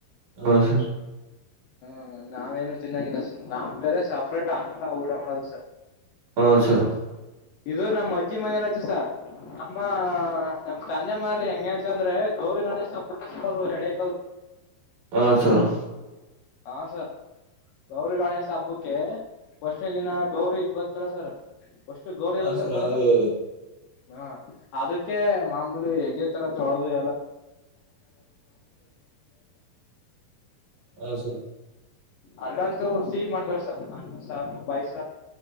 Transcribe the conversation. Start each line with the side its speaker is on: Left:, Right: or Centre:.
Right: ಹಾ ಸರ್.
Left: ಹ್ಮ ನಾವೇನು ತಿನ್ನಾಗಿಲ್ಲ ಸ ನಾ ಬೇರೆ ಸಪ್ರೇಟ್ ಆ ಊಡ ಮಾಡೋದು ಸರ್.
Right: ಹಾ ಸರ್.
Left: ಇದು ನಮ್ಮ್ ಅಜ್ಜಿ ಮನಲಚೆಸ ನಮ್ಮ ನಮ್ ತಂದೆ ಮನಲಿ ಹೆಂಗೆ ಅಂತ ಅಂದ್ರೆ ಗೌರಿ ಗಣೇಶನ ಹಬ್ಬಕ್ಕೆ <unintelligible>
Right: ಹಾ ಸರ್
Left: ಹಾ ಸರ್ ಗೌರಿ ಗಣೇಶ ಹಬ್ಬಕ್ಕೆ ಫಷ್ಟೇ ದಿನ. ಗೌರಿ ಇದ್ ಬರ್ತಾರ ಸರ್ ಫರ್ಸ್ಟ ಗೌರಿ
Right: ಹಾ
Left: ಅಲಾ ಸರ್ ಬರದು
Right: ಹೌದೌದು
Left: ಹಾ ಅದಕ್ಕೆ ಮಾಮೂಲಿ ಹೆಗೆ ತರ ತೊಳದು.
Right: ಹ ಸರಿ.
Left: ಅಲ್ಲಂತೂ ಸಿಹಿ ಮಾಡ್ತಾರ ಸರ್ ಅನ್ನ ಸಾರು ಪಾಯ್ಸ.